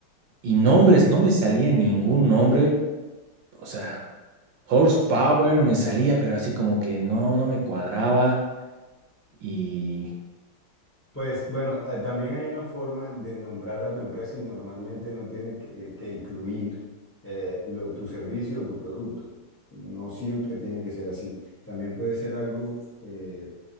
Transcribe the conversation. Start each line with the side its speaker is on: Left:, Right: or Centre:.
Right: Y nombres, no me salía ningún nombre. O sea, horsepower
Left: Sí.
Right: me salía, pero así como que no, no me cuadraba. Y.
Left: Pues bueno, eh, también hay una forma de nombrar a tu empresa y normalmente no tiene que, que incluir eh, lo- tu servicio o tu producto. No siempre tiene que ser así. También puede ser algo eh,